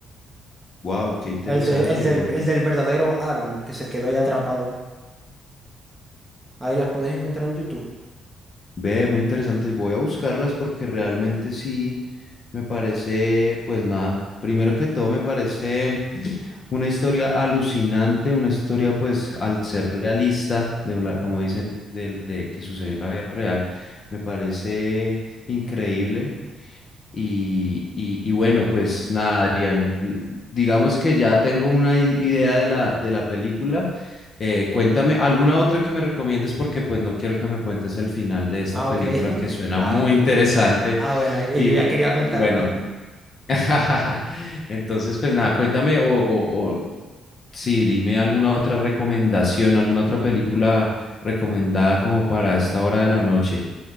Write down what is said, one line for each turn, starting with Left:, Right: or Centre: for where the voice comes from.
Left: Wow, qué interesante.
Centre: El, de- el del, el del verdadero Aaron, que se quedó ahí atrapado. Ahí las puedes encontrar en YouTube.
Left: Ve, muy interesantes. Voy a buscarlas porque realmente sí me parece, pues nada, primero que todo me parece una historia alucinante, una historia pues al ser realista, de una, como dicen, del- de, que sucedió en la vida real, me parece increíble. Y, y, y bueno, pues nada, Adrián, digamos que ya tengo una i- idea de la, de la película. Eh, cuéntame alguna otra que me recomiendes porque pues no quiero que me cuentes el final de esta
Centre: Ah,
Left: película
Centre: ok. <laughs>
Left: que suena
Centre: Ah,
Left: muy <laughs> interesante
Centre: ah, bueno, y
Left: y,
Centre: yo ya quería contarlo.
Left: y bueno, <laughs> entonces pues nada, cuéntame o, o, o sí, dime alguna otra recomendación, alguna otra película recomendada como para esta hora de la noche.